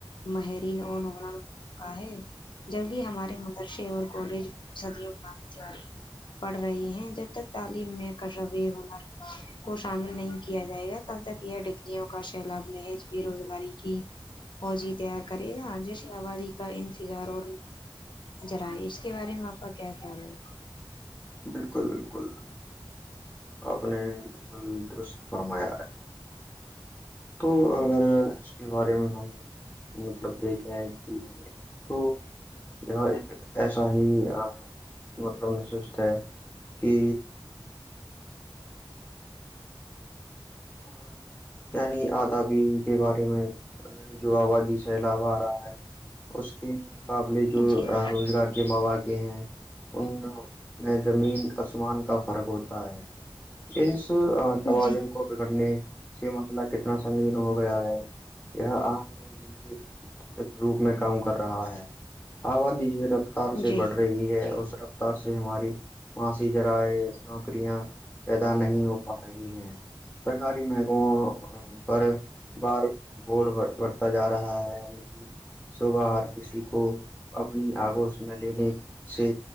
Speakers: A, on the left (about 60°); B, on the left (about 20°).
A: ماہرین اور موں کا ہے <inaudible> جب بھی ہمارے مدرسے اور کالج صدی بنانانی ج آ رہی ہے پڑھ رہی ہیں جب تک تعلیم میں کشبی ہنر کو شامل نہیں کیا جائے گا تب تک یہ ڈگریوں کا سیلاب محج بے روزگاری کی فوجی تیار کرے نا جیش آبادی کا انفظار اور ذرا اس کے بارے میں آپ کا کیا خیال ہے
B: بالکل بالکل آپ نے بالکل درست فرمایا ہے تو اس کے بارے میں ہم مطلب دیکھے ہیں تو ایسا ایا ہی مطلب میں سوچتا ہے کہ اورن یعنی ابادی کے بارے میں یعنی جو آبادی سیلاب آ رہا ہے اس کے مقابلے جو
A: جی
B: روزگار کے مواقع ہیں ان میں زمین آسمان کا فرق ہوتا ہے ان طوالن
A: جی
B: کو بگڑنے سے مسئلہ کتنا سنگین ہو گیا ہے یہ آنکھ میں گھی کے روپ میں کام کر رہا ہے آبادی ج رفتار سے
A: جی
B: بڑھ رہی ہے اس ر سے ہماری معاشی جذرائع نوکریاں پیدا نہیں ہو پا رہی ہیں سرکاری مکموں پر بار بڈ ب بڑھتا جا رہا ہے نجی صبح ہر کسی کو اپنی آگوش میں لینے سے